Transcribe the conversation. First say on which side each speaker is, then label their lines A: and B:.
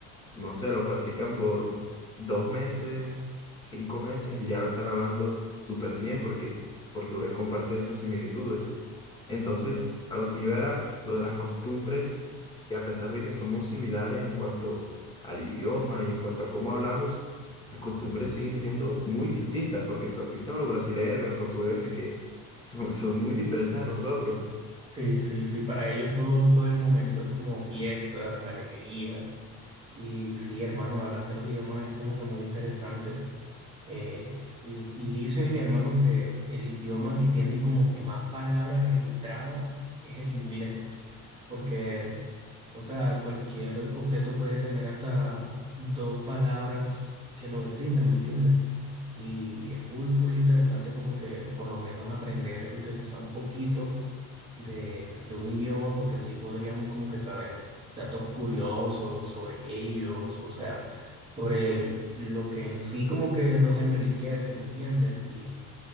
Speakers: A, on the left; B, on the right.
A: no sé, lo practican por dos meses, cinco meses y ya lo están hablando súper bien porque portugués comparte esas similitudes. Entonces, a lo que iba era lo de las costumbres, que a pesar de que somos similares en cuanto al idioma y en cuanto a cómo hablamos, las costumbres siguen siendo muy distintas, porque tú has visto a los brasileños y a los portugueses que son, son muy diferentes a nosotros.
B: Sí, sí, sí. Para ellos todo, todo el momento es como fiestas, alegría. Y sí, hermano, hablar de los idiomas es como que muy interesante. Eh, y, y dicen, hermano, que el idioma que tiene como que más palabras registradas es el inglés, porque, o sea, cualquier objeto puede tener hasta dos palabras que lo definen, ¿me entiendes? Y es full, full interesante como que por lo menos aprender, aunque sea un poquito, de, de un idioma porque así podríamos como que saber datos curiosos sobre ellos, o sea, sobre el- lo que en sí como que los enriquece, ¿me entiendes? Y